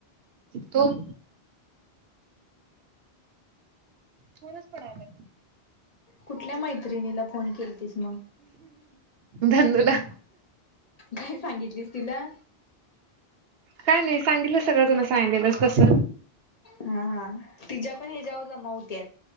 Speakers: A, on the right (about 70°); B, on the left (about 40°).
A: तो? पोरस पडायला.
B: कुठल्या मैत्रिणीला फोन केलतीस म?
A: धनू ला.
B: काय सांगितलीस तिला?
A: काय नाय सांगितलं सगळं तुन सांगलेलंस तस.
B: हा हा तिज्या पण हेज्याव जमा हुत्यात.